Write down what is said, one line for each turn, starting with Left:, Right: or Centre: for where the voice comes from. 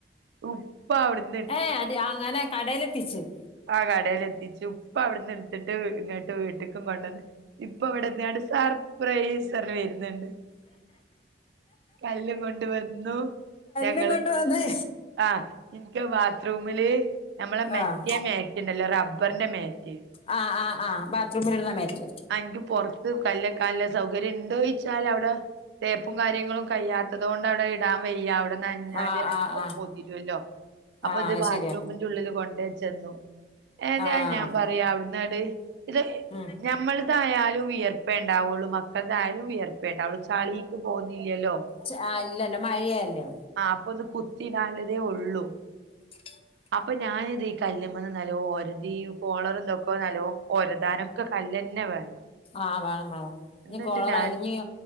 Right: ഉപ്പാവിടു
Left: ഏയ് അത് അങ്ങനെ കടേലെത്തിച്ചത്
Right: ആ കടല് എത്തിച്ചു ഉപ്പ അവിടെന്ന് എടുത്തിട്ട് ഇങ്ങോട്ട് വീട്ടക്കും കൊണ്ടുവന്ന് ഇപ്പ അവിടെന്നാണ് സർപ്രൈസ് സറിന് വരുന്നെണ്ട് കല്ല് കൊണ്ട് വന്നു ഞ
Left: ൻ കൊണ്ട് വന്നെ
Right: ആഹ് എനിക്ക് ബാത്റൂമില് നമ്മളെ മെച്ച
Left: ആഹ്
Right: മ ഇണ്ടല്ലോ റബ്ബറിന്റെ മേറ്റ്
Left: ആഹ് ആഹ് ആഹ് ബാത്റൂമ്മലിടുന്ന മാറ്റ്
Right: എനിക്ക് പൊറത്ത് കല്ലക്കല് സൗകര്യം ഉണ്ടോയിച്ചാല് അവിടെ തേപ്പും കാര്യങ്ങളും കഴ്യാത്തത് കൊണ്ട് അവിടെ ഇടാൻ വയ്യ അവിടെ നഞ്ഞാല്
Left: ആഹ് ആഹ്
Right: അത്
Left: ആഹ്
Right: പൊതിരുവല്ലോ അപ്പൊ
Left: ആഹ്
Right: ഇത് ബാത്റൂമിന്റെ
Left: ശരിയാ
Right: ഉള്ളില് കൊണ്ടേ ചെന്നു ഏതായാലും
Left: ആഹ്
Right: ഞാൻ പറയാ അവിടുന്നട് ഇത്
Left: ഉം
Right: ഞമ്മള് ഏതായാലും വിയർപ്പേ ഇണ്ടാവുള്ളു മക്കളതായാലും വിയർപ്പെ ഇണ്ടാവുള്ളൂ ചളീക്ക് പോകുന്നില്ലല്ലോ
Left: ച അല്ലല്ല മഴയല്ലോ
Right: ആഹ് അപ്പൊ അത് കുത്തിടാനിള്ളതേ ഒള്ളൂ
Left: ആ
Right: അപ്പൊ ഞാനിതീ കല്ലുമ്മന്ന് നല്ലോ ഒരതി കോളർന്തൊക്കോ നല്ലോ ഒരതാനൊ ക്ക് കല്ലന്നെ വേണം
Left: ആഹ് വേണം വേണം
Right: എന്നിട്ട്
Left: ഇനി കോളറ
Right: ഞാൻ
Left: അലിഞ്ഞ്